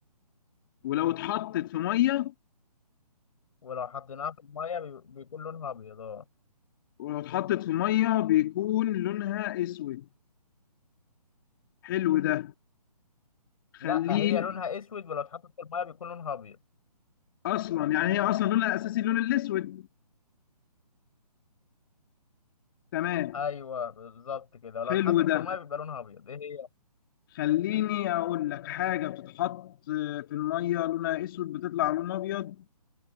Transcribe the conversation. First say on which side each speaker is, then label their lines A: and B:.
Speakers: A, on the left (about 30°); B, on the left (about 55°).
A: ولو اتحطت في ميه
B: ولو حطيناها في الميه بي- بيكون لونها ابيض اه
A: ولو اتحطت في ميه بيكون لونها اسود حلو ده
B: لا
A: خليه
B: هي لونها اسود ولو اتحطت في الميه بيكون لونها ابيض
A: اصلا يعني هي اصلا لونها الاساسي اللون الاسود تمام
B: ايوه بالظبط كده ولو
A: حلو
B: اتحطت
A: ده
B: في الميه بيبقى لونها ابيض ايه هي
A: خليني اقول لك حاجه بتتحط في الميه لونها اسود بتطلع لون ابيض